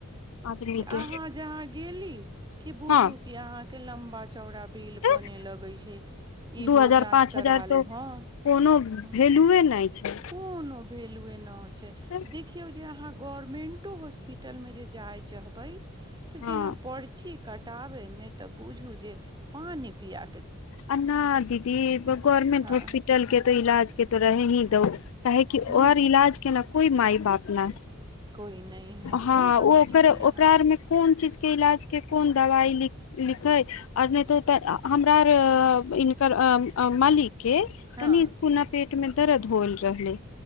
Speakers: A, on the left (about 70°); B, on the right (about 20°).
A: आदमी के
B: अहां जहां गेली कि बुझू
A: हँ
B: की अहांके लम्बा चौड़ा बिल
A: तऽ
B: बनऽलगै छै इहो
A: दू हजार
B: जांच
A: पाँच
B: करा
A: हजार
B: लू
A: तो कोनो
B: हंकोनो
A: वैल्यूए नहि छै
B: भे भेलुए न है छै
A: तऽ
B: देखियौ जे अहां गवर्मेन्टो हॉस्पिटलमे जे जाइ चाहबै तऽ
A: हँ
B: जेना पर्ची कटाबयमे तऽ बुझू जे पानि पिया
A: अ ना दीदी गवर्नमेंट
B: हँ
A: हॉस्पिटल के तो इलाज के तो रहे ही तौ काह कि
B: हूँ
A: और इलाज केना कोइ माय बाप न
B: कोइ नहि है
A: हँ
B: सही
A: ओ
B: कहै
A: ओकर
B: छियै
A: ओकरा
B: अहाँ
A: आरमे कोन चीज इलाज के कोन दवाई लिखै आओर नहि तऽ हम इनकर अ अ मालिक के
B: हँ
A: तनीको ओ ना पेटमे दरद होल रहलै